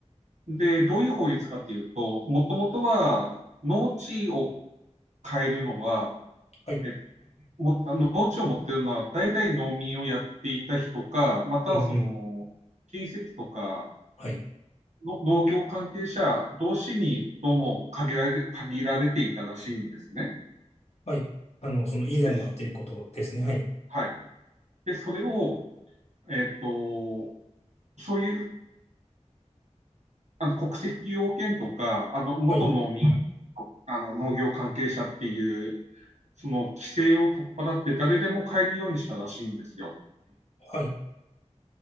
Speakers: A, on the right (about 80°); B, on the left (about 65°).
A: で、どういう法律かっていうと、もともとは農地を変えるのは、
B: はい、
A: えもあの農地を持ってるのは大体農民をやっていた人か、またはその親戚とか
B: うんうん、はい、
A: の農業関係者同士にどうも限られ限られていたらしいんですね。
B: はい。あの、その以前はっていうことですね。
A: で
B: はい、
A: はい。で、それを、えっと、そういうあの国籍要件とか、あの元農民
B: はい、
A: あの農業関係者っていうその規制を取っ払って誰でも買えるようにしたらしいんですよ。
B: はい、